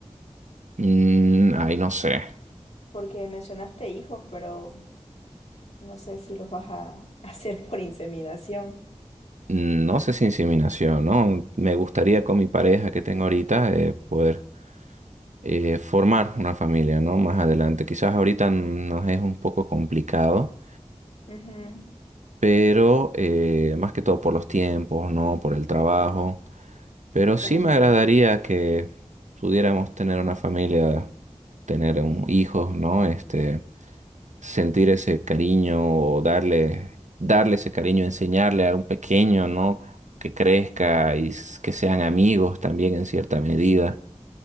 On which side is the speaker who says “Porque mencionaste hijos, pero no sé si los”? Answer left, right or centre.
Left